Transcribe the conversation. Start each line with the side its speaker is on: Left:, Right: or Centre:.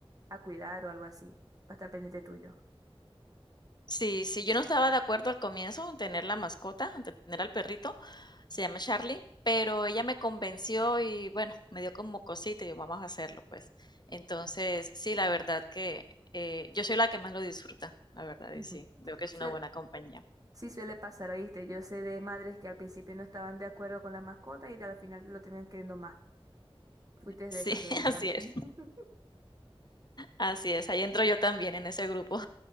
Right: a cuidar o algo así. Va a estar pendiente tuyo.
Left: Sí, sí, yo no estaba de acuerdo al comienzo en tener la mascota, en tener al perrito, se llama Charlie, pero ella me convenció y bueno, me dio como cosita y yo, vamos a hacerlo, pues. Entonces, sí, la verdad que eh, yo soy la que más lo disfruta, la
Right: <laughs>
Left: verdad,
Right: Ujú.
Left: y sí, veo que es
Right: Suel-
Left: una buena compañía.
Right: sí suele pasar, ¿oíste? Yo sé de madres que al principio no estaban de acuerdo con la mascota y al final lo terminan queriendo más. Fuiste
Left: Sí,
Right: de esa, Florisa.
Left: <laughs> así es,
Right: <laughs> Ujú.
Left: así es, ahí entro yo también en ese grupo.